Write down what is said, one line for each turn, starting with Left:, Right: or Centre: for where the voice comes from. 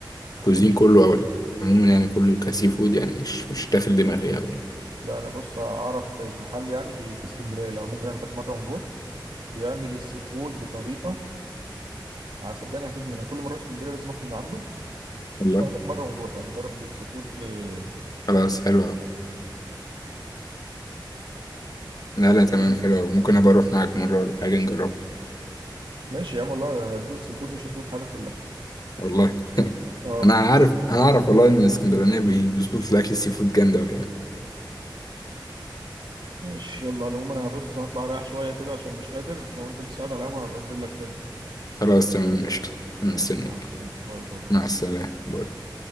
Left: كوزين كله او عموما يعني كله كسي فود يعني مش مش داخل دماغي قوي يعني.
Right: لا انا بص اعرف في محل يعني بي- في اسكندريه لو ممكن اخدك مره ونروح بيعمل السي فود بطريقه آه، صدقني هتدمنها كل مره في اسكندريه لازم اكل من عنده
Left: والله
Right: اخدك مره ونروح يعني نجرب السي فود آه،
Left: خلاص حلو قوي لا
Right: أو-
Left: لا تمام حلو قوي ممكن ابقى اروح معاك مره ولا حاجه نجربها
Right: ماشي يا عم والله هتدوق سي فود مش هتدوق في حياتك كلها
Left: والله
Right: اه
Left: انا عارف انا اعرف والله ان الاسكندرانيه بي- بيظبطوا الاكل السي فود جامد قوي
Right: ماشي يلا على العموم انا هبص هطلع رايح شويه كده عشان مش قادر لو انت لسه قاعد على القهوه هبقى انزل لك تاني
Left: خلاص تمام قشطة
Right: ماشي
Left: مستنيك
Right: مع السلامه باي باي
Left: مع السلامة باي